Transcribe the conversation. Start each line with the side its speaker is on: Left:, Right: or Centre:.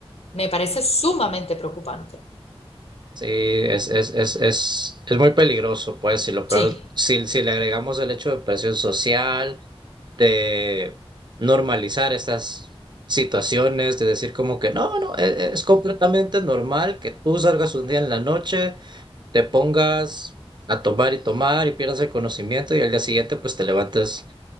Left: Me parece sumamente preocupante.
Right: Sí, es, es, es, es, es muy peligroso, pues, y lo
Left: Sí,
Right: peor, si, si le agregamos el hecho de presión social, de normalizar estas situaciones, de decir como que no, no, e- e- es, completamente normal que tú salgas un día en la noche, te pongas a tomar y tomar y pierdas el conocimiento y al día siguiente pues te levantes